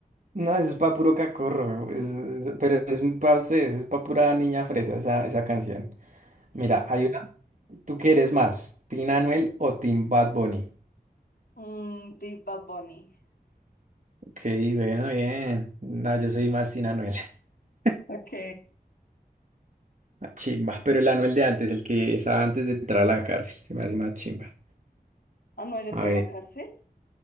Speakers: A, on the right; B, on the left.
A: No, eso es pa' puro cacorro, es- es- pero es para ustedes, es pa' pura niña fresa esa, esa canción. Mira, hay una, ¿tú qué eres más, Tina Anuel o Team Bad Bunny?
B: Mm, de Bad Bunny.
A: Ok, bueno, bien. No, yo soy más Tina Anuel. <laughs>
B: Ok.
A: Ah, chimba, pero el Anuel de antes, el que estaba antes de entrar a la cárcel, se me hace más chimba.
B: Anuel entró
A: A ver,
B: a la cárcel.